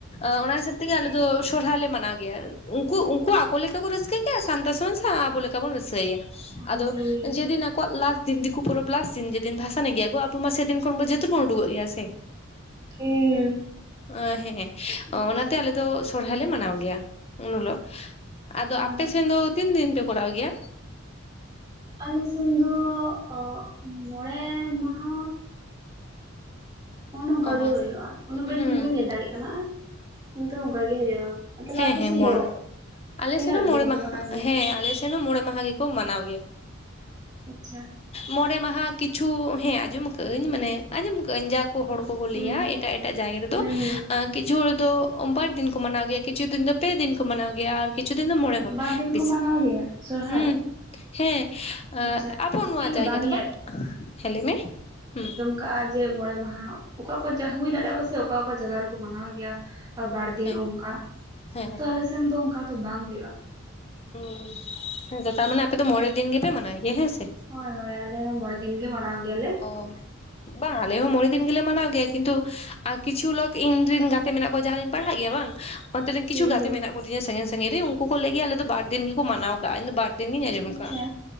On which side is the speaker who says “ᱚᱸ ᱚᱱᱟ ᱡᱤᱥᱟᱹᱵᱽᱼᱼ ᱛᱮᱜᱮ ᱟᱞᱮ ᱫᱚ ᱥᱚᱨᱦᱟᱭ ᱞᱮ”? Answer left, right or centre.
Left